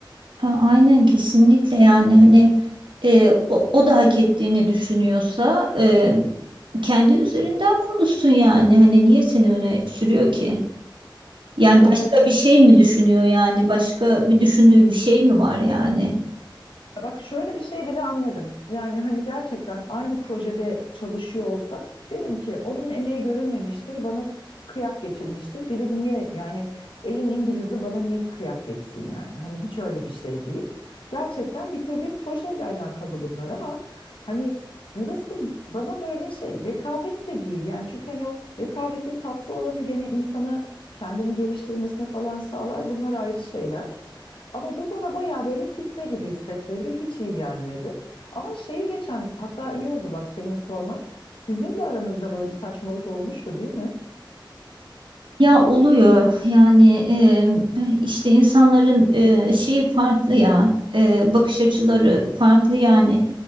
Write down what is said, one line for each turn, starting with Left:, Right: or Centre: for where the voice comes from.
Right: A- Aynen kesinlikle yani hani e, o, o da hak ettiğini düşünüyorsa e, kendi üzerinden konuşsun yani hani niye seni öne sürüyor ki? Yani
Left: Evet
Right: başka
Left: evet
Right: bir şey mi düşünüyor yani başka bir düşündüğü bir şey mi var yani?
Left: Ya Bak şöyle bir şey bile anlarım. Yani hani gerçekten aynı projede çalışıyor olsak derim ki onun emeği görülmemiştir, bana kıyak geçilmiştir. Bir de niye yani elin İngiliz'i bana niye kıyak geçsin yani? Hani hiç öyle bir şey değil. Gerçekten bitirdiğim projeyle alakalı bunlar ama hani burası bana böyle şey rekabet de değil yani çünkü hani o rekabetin tatlı olanı gene insana kendini geliştirmesini falan sağlar. Bunlar ayrı şeyler. Ama bu bana bayağı böyle fitne gibi hissettirdi. Hiç iyi gelmedi. Ama şeyi geçen hatta iyi oldu bak senin sorman. Sizin de aranızda böyle bir saçmalık olmuştu değil mi?
Right: Ya oluyor yani e, işte insanların e, şeyi farklı ya e, bakış açıları farklı yani